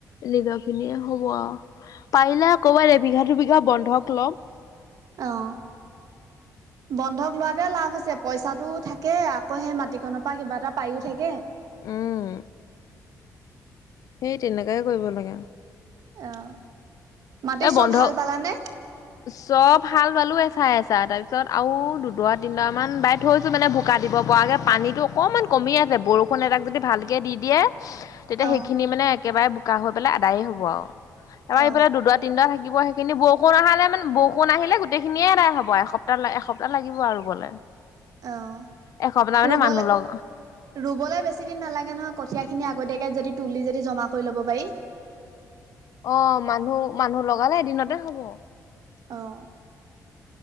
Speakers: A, on the left; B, on the right.
A: নিজৰ খিনিয়ে হ'ব আও। পাৰিলে ক'বাত এবিঘা দুবিঘা বন্ধক ল'ম।
B: অঁ বন্ধক লোৱাতে লাভ আছে। পইচাটো থাকে আকৌ সেই মাটিকন পা কিবা এটা পাইও থাকে।
A: উম। সেই তেনেকাই কৰিব লাগে।
B: এঅহ মাটি
A: এই
B: চব
A: বন্ধ
B: হাল বালানে?
A: চব হাল বালো এচা এছা তাৰ পিছত আৰু দুডৰা তিনডৰা মান বাই থৈছো মানে ভোকা দিব- পাগে পানীটো অকমান কমি আছে বৰষুণ এজাক যদি ভালকে দি দিয়ে। তেতিয়া
B: অ
A: সেইখিনি মানে একেবাৰে বোকা হৈ পেলাই আদায়ে হব আও তাপা
B: অ
A: সেইফালে দুডৱা তিনদৱা থাকিব। কিব সেইখিনি বৰষুন অহালে- মানে বওষুণ আহিলে গোটেই খিনিয়ে আদাই হ'ব এসপ্তা এসপ্তাহ লাগিব আৰু ৰুবলে।
B: অঁহ
A: এসপ্তাহ মানে
B: ৰুবলে।
A: মানুহ লগ
B: ৰুবলে বেছি দিন নালাগে নহয় কঠীয়া খিনি আগতিয়াক-। কে যদি তুলি যদি জমা কৰি ল'ব পাৰি।
A: অ মানুহ মানুহ লগালে এদিনতে হব।
B: অঁ।